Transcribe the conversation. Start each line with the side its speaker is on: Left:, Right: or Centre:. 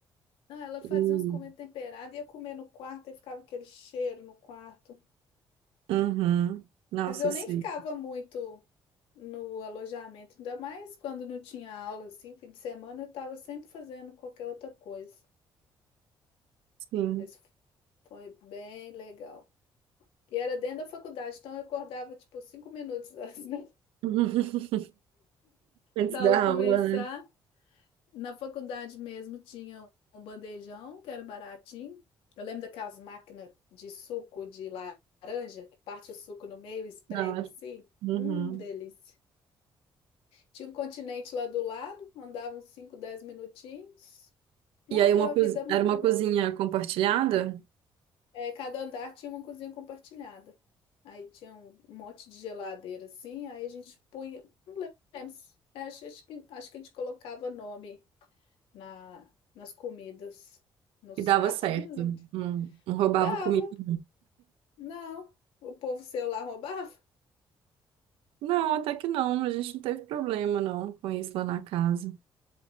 Left: Não, ela
Right: E-
Left: fazia uns comidas temperadas, ia comer no quarto e ficava aquele cheiro no quarto.
Right: Uhum. Nossa,
Left: Mas eu
Right: eu
Left: nem
Right: sei.
Left: ficava muito no alojamento, ainda mais quando não tinha aula, assim, fim de semana eu estava sempre fazendo qualquer outra coisa.
Right: Sim.
Left: Mas foi bem legal. E era dentro da faculdade, então eu acordava, tipo, cinco minutos antes da <laughs>
Right: <laughs> Antes
Left: da
Right: da
Left: aula começar.
Right: aula, né?
Left: Na faculdade mesmo tinha um bandejão, que era baratinho. Eu lembro daquelas máquinas de suco de laranja, que parte o suco no meio e espreme
Right: Da hora.
Left: assim.
Right: Uhum.
Left: Hum, delícia. Tinha um continente lá do lado, andava uns 5, 10 minutinhos. Não,
Right: E aí
Left: foi
Right: uma
Left: uma
Right: cozi-
Left: vida muito
Right: era uma
Left: boa.
Right: cozinha compartilhada
Left: É, cada andar tinha uma cozinha compartilhada. Aí tinha um um monte de geladeira assim, aí a gente punha, não lembro, se- é, acho, acho que, acho que a gente colocava nome na, nas comidas, no saco,
Right: e dava certo.
Left: nem lembro.
Right: Não, não roubava
Left: Dava,
Right: comida.
Left: não. O povo seu lá roubava.
Right: Não, até que não. A gente não teve problema, não, com isso lá na casa.